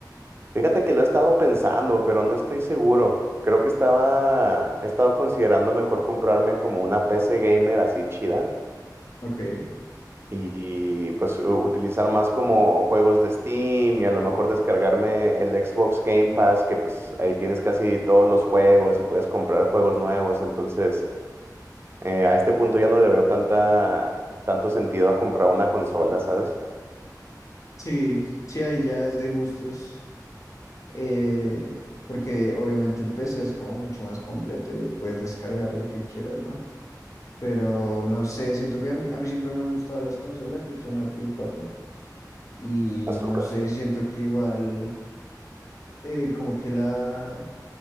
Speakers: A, on the right (about 35°); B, on the left (about 45°).
A: Fíjate que lo he estado pensando, pero no estoy seguro. Creo que estaba, he estado considerando mejor comprarme como una PC gamer así chida
B: Ok.
A: y pues u- utilizar más como juegos de Steam y a lo mejor descargarme el Xbox Game Pass, que pues ahí tienes casi todos los juegos y puedes comprar juegos nuevos. Entonces, eh, a este punto ya no le veo tanta, tanto sentido a comprar una consola, ¿sabes?
B: Sí, sí, ahí ya es de gustos, eh, porque obviamente el PC es como mucho más completo y ahí puedes descargar lo que quieras, ¿no? Pero no sé, siento que a mí, a mí siempre me han gustado las consolas, yo tengo una Play cuatro Y
A: Azúcar.
B: no sé, siento que igual eh, como que la,